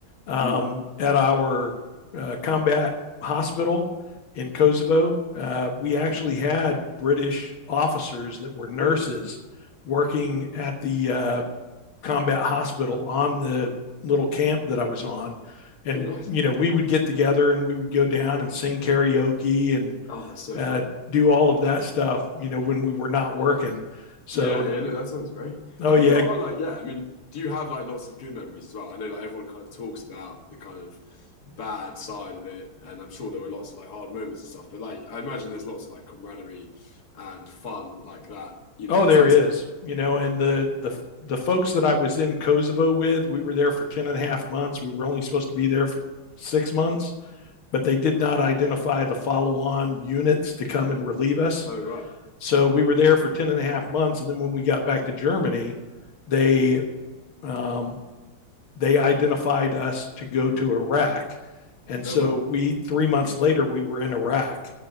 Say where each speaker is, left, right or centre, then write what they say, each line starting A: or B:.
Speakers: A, on the left (about 75°); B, on the left (about 50°).
A: um,
B: mm.
A: at our uh, combat hospital in Kosovo, uh, we actually had British officers that were nurses
B: oh yeah,
A: working at the uh, combat hospital on the little camp that I was on, and
B: oh nice.
A: you know we would get together and we would go down and sing karaoke and
B: Oh, that's so
A: uh,
B: fun.
A: do all of that stuff. You know when we were not working. So,
B: Yeah, yeah, no, that sounds great.
A: oh
B: I
A: yeah,
B: think there are like, yeah, I mean, do you have like lots of good memories as well? I know like everyone kind of talks about the kind of bad side of it, and I'm sure there were lots of like hard moments and stuff, but like I imagine there's lots of like camaraderie and fun like that. You
A: Oh,
B: know, is
A: there
B: that
A: is, you know,
B: yeah.
A: and the the the folks that I was in Kosovo with, we were there for 10 and a half months. We were only supposed to be
B: Yeah.
A: there for six months, but they did not identify the follow on units to come and relieve us.
B: Oh right.
A: So we were there for 10 and a half months. And then when we got back to Germany, they, um, they identified us to go to Iraq. And
B: Oh
A: so
B: wow.
A: we, three months later, we were in Iraq